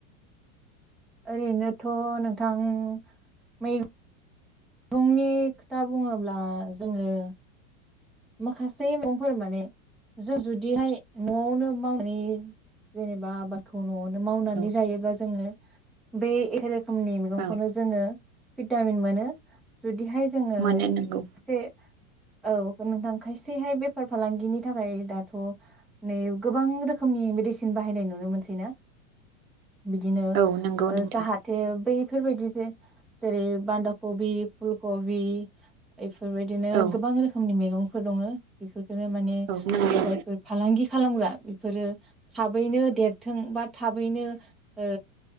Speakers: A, in the centre; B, on the right (about 85°).
A: ओरैनोथ नोंथां मै गंनि खोथा बुंङोब्ला जोंङो माखासे मुंफोर माने जों जुदिहाय नआवनो मावनानै जेनेबा आबादखौ न'आवनो मावनानै
B: औ
A: जायोबा जोंङो बे रोखोमनि मैगंखौनो
B: औ
A: जोंङो भिटामिन मोनो जुदिहाय जोंङो
B: मोनो नोंगौ
A: एसे औ रां खायसेहाय बेफार फालांगिनि थाखाय दाथ नै गोबां रोखोमनि मेडिसिन बाहायनाय नुनो मोनसै ना? बिदिनो
B: औ नंगौ
A: ओ
B: नोंथां
A: जाहाथे बैफोरबायदि जे जेरै बान्दाखबि, फुलकबि बेफोरबायदिनो
B: औ
A: गोबां रोखो नि मैगं फोर दंङो बेफोरखौनो माने
B: औ नंगौ
A: जायफोर फालांगि खालामग्रा बेफोरो थाबैनो देरथों बा थाबैनो ओ